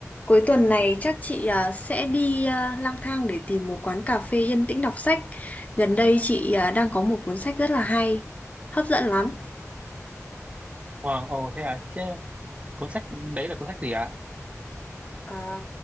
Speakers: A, on the left; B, on the right.
A: Cuối tuần này chắc chị à, sẽ đi à, lang thang để tìm một quán cà phê yên tĩnh đọc sách. Gần đây chị à, đang có một cuốn sách rất là hay, hấp dẫn lắm.
B: Wow, ồ thế à, chứ cuốn sách đấy là cuốn sách gì ạ?
A: À,